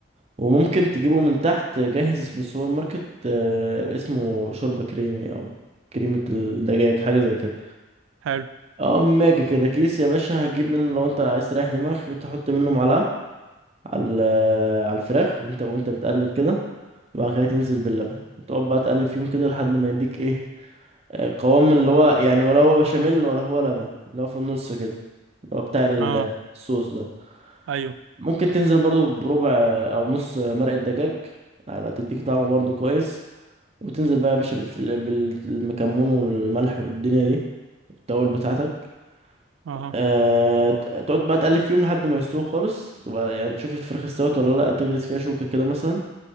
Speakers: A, on the right; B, on the right.
A: وممكن تجيبه من تحت جاهز من السوبر ماركت آه، اسمه شوربة كريمي او كريمة الدجاج حاجة زي كده
B: حلو
A: اه ماجي كده كيس يا باشا هتجيب منه لو انت عايز تريح دماغك تحط منه معلقة على آه، على الفراخ وانت وانت بتقلب كده بعد كده تنزل باللبن وتقعد بقى تقلب فيهم كده لحد ما يديك ايه آه، قوام اللي هو يعني ولا هو بشاميل ولا هو لبن اللي هو في النص كده اللي هو بتاع ال-
B: اه
A: الصوص ده
B: ايوه
A: ممكن تنزل برضو بربع او نص مرقة دجاج على تديك طعم برضو كويس وتنزل بقى يا باشا بالفل- بال- بالمكمون والملح والدنيا دي التوابل بتاعتك
B: اه
A: أه... ت- تقعد بقى تقلب فيهم لحد ما يستووا خالص تبقى يعني تشوف الفراخ استوت ولا لا تغرز فيها شوكة كده مثلا